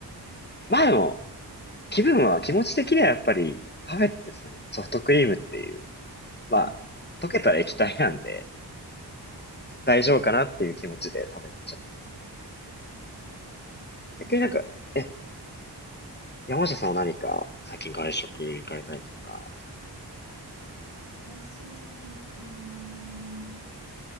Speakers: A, on the left; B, on the right.
A: まあでも、気分は、気持ち的にはやっぱり、パフェってそのソフトクリームっていう、まあ、
B: はい
A: 溶けたら液体なんで、大丈夫かなっていう気持ちで食べちゃった。
B: と、いや
A: 逆になんか、
B: う
A: え、山下さんは何か最近外食行かれたりとか、
B: 私、最近、